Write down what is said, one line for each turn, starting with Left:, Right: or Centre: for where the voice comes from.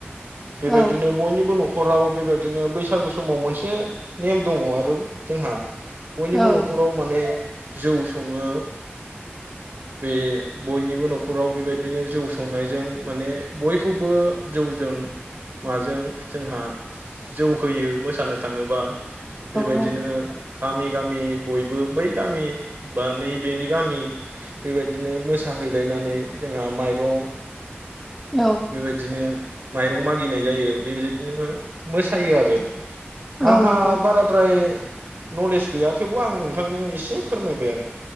Right: बेबायदिनो
Centre: औ औ
Right: बयनिबो न'खर खराव बेबायदिनो बैसागु समाव मोनसे नेम दङ आरो जोंहा। बयनिबो
Centre: औ
Right: न'खराव माने जौ सङो बे बयनिबो न'खराव बेबायदिनो जौ संनायजों माने बयखौबो जौजों माजों जोंहा जौ होयो मोसानो थाङोबा। बेबायदिनो
Centre: औ
Right: गामि गामि बयबो बै गामि बा नैबेनि गामि बेबायदिनो मोसाहैलायनानै जोंहा माइरं
Centre: औ
Right: बेबायदिनो माइरं मागिनाय जायो बेबायदिदिनो मोसायो आरो। आंहा
Centre: औ नंगौ
Right: बाराद्राय न'लेस गैया थेवबो आं नोंथांनो एसे फोरमायबाय आरो